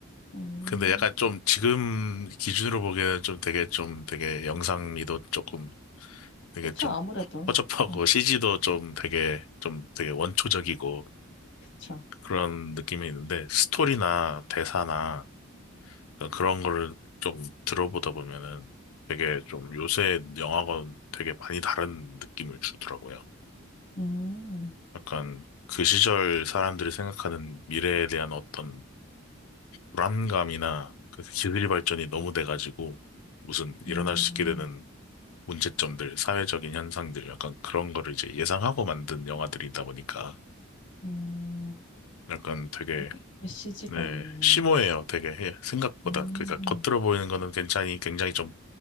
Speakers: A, on the left; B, on the left.
A: 음.
B: 근데 약간 좀 지금 기준으로 보기에는 좀 되게 좀 되게 영상미도 조금 되게
A: 그쵸,
B: 좀
A: 아무래도.
B: 허접하고
A: 네,
B: CG도 좀 되게 좀 되게 원초적이고
A: 그쵸.
B: 그런 느낌이 있는데 스토리나 대사나 그런 거를 좀 들어보다 보면은 되게 좀 요새 영화건 되게 많이 다른 느낌을 주더라고요.
A: 음,
B: 약간 그 시절 사람들이 생각하는 미래에 대한 어떤 불안감이나 그 기술이 발전이 너무 돼가지고 무슨 일어날
A: 음,
B: 수 있게 되는 문제점들, 사회적인 현상들, 약간 그런 거를 이제 예상하고 만든 영화들이다 보니까
A: 음,
B: 약간 되게,
A: 되게 메시지가
B: 네,
A: 있네요.
B: 심오해요. 되게 예, 생각보다.
A: 음,
B: 그러니까 겉으로 보이는 거는 굉장히, 굉장히 좀